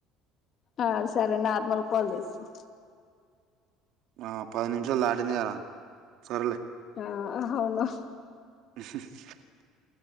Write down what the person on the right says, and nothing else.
ఆ పది నిమిషాలు దాటింది గదా సరేలే
హుహు